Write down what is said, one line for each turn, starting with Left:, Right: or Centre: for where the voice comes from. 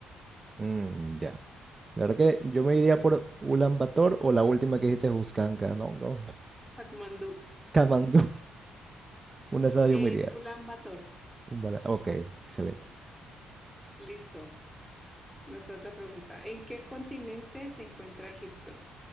Right: Mm, ya. La verdad que yo me iría por Ulaanbaatar o la última que dijiste, Buscanca, ¿no? ¿Cómo?
Centre: Katmandú.
Right: <laughs> Kamandú, una de esas
Centre: Es
Right: yo me iría.
Centre: Ulan Bator.
Right: Un bala- Ok, excelente.
Centre: Listo. Nuestra otra pregunta. ¿En qué continente se encuentra Egipto?